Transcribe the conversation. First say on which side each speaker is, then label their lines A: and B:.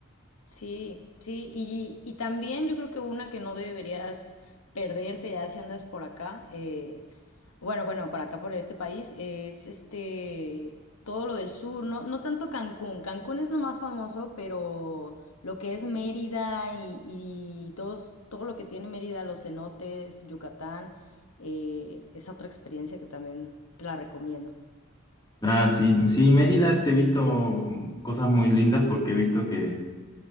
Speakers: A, on the left (about 85°); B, on the left (about 20°).
A: Sí, sí, y, y también yo creo que una que no deberías perderte ya si andas por acá, eh, bueno, bueno, para acá por este país, es este, todo lo del sur, no, no tanto Cancún, Cancún es lo más famoso, pero lo que es Mérida y, y todos, todo lo que tiene Mérida, los cenotes, Yucatán, eh, es otra experiencia que también te la recomiendo.
B: Ah, sí, sí, Mérida, este, he visto mm, cosas muy lindas porque he visto que,